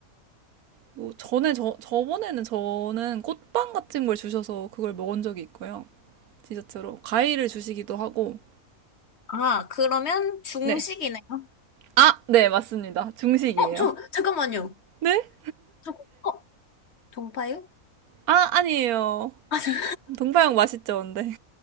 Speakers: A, on the right; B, on the left.
A: 뭐 전에 저 저번에는 저는 꽃빵 같은 걸 주셔서 그걸 먹은 적이 있고요. 디저트로 과일을 주시기도 하고.
B: 아, 그러면 중식이네요.
A: 네. 아, 네, 맞습니다. 중식이에요.
B: 어, 저, 잠깐만요.
A: 네?
B: 저, 어, 동파요?
A: 아, 아니에요.
B: 아, 잠-
A: 동파육 맛있죠, 근데.